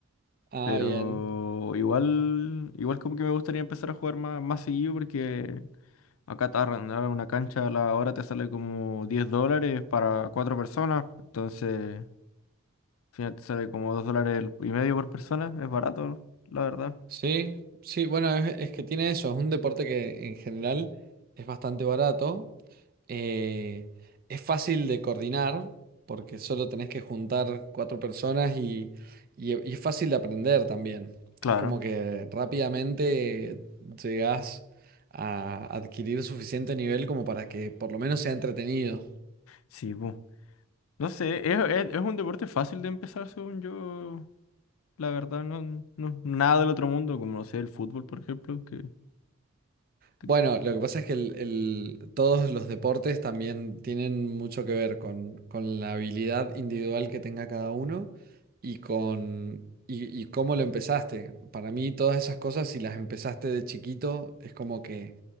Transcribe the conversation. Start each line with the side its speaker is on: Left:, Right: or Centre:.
Right: Ah,
Left: Pero
Right: bien.
Left: igual, igual como que me gustaría empezar a jugar más, más seguido porque acá te arrendar una cancha a la hora te sale como 10 dólares para cuatro personas. Entonces, al final te sale como 2 dólares y medio por persona. Es barato, la verdad.
Right: Sí, sí, bueno, es, es que tiene eso, es un deporte que en general es bastante barato Eh, es fácil de coordinar porque solo tenés que juntar cuatro personas y, y- y es fácil de aprender también.
Left: Claro.
Right: Es como que rápidamente llegás a adquirir suficiente nivel como para que por lo menos sea entretenido.
Left: Sí, bu. No sé, es, es- es un deporte fácil de empezar, según yo. La verdad, no, no, nada del otro mundo, como no sé, el fútbol, por ejemplo, que, que-
Right: Bueno, lo que pasa es que el- el- todos los deportes también tienen mucho que ver con, con la habilidad individual que tenga cada uno y con y, y cómo lo empezaste. Para mí, todas esas cosas, si las empezaste de chiquito, es como que